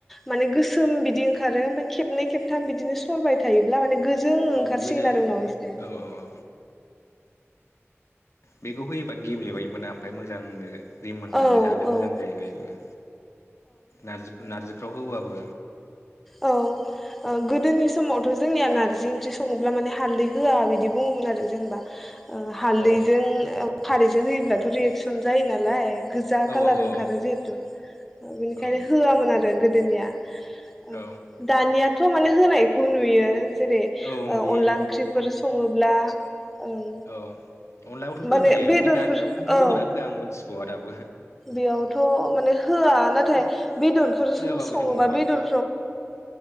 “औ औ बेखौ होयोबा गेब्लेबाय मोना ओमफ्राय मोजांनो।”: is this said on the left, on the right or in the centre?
Left